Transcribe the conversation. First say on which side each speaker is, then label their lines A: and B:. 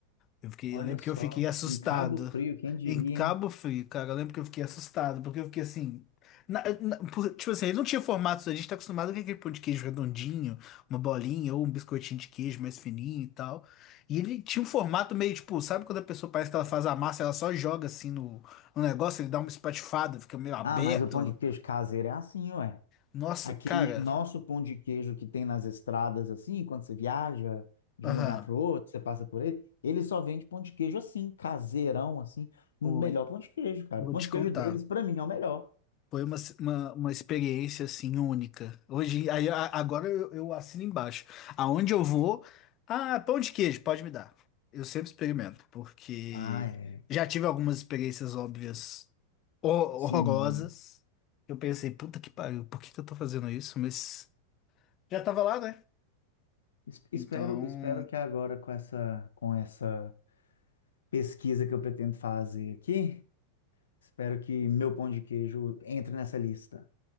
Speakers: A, on the left; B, on the left.
A: Eu fiquei,
B: Olha
A: eu lembro
B: só,
A: que eu fiquei assustado.
B: em Cabo Frio, quem diria,
A: Em Cabo
B: hein?
A: Frio, cara, eu lembro que eu fiquei assustado, porque eu fiquei assim. na- na- por- tipo assim, ele não tinha formato, a gente tá acostumado com aquele pão de queijo redondinho, uma bolinha ou um biscoitinho de queijo mais fininho e tal. E ele tinha um formato meio tipo, sabe quando a pessoa parece que ela faz a massa, ela só joga assim no, no negócio, ele dá uma espatifada, fica meio aberto.
B: Ah, mas o pão de queijo caseiro é assim, ué.
A: Nossa,
B: Aquele
A: cara,
B: nosso pão de queijo que tem nas estradas, assim, quando você viaja de
A: aham,
B: um lugar para o outro, você passa por ele, ele só vende pão de queijo assim, caseirão, assim. O
A: Oi,
B: melhor pão de queijo, cara.
A: vou
B: O pão
A: te
B: de
A: contar.
B: queijo deles, para mim, é o melhor.
A: Foi uma, uma, uma experiência assim única. Hoje, aí, a- agora eu, eu assino embaixo. Aonde eu vou, ah, pão de queijo, pode me dar. Eu sempre experimento, porque
B: Ah, é.
A: já tive algumas experiências óbvias hor-
B: Sim.
A: horrorosas. Eu pensei, puta que pariu, por que que eu tô fazendo isso? Mas já tava lá, né?
B: Es- Espero,
A: Então,
B: espero que agora com essa, com essa pesquisa que eu pretendo fazer aqui, espero que meu pão de queijo entre nessa lista.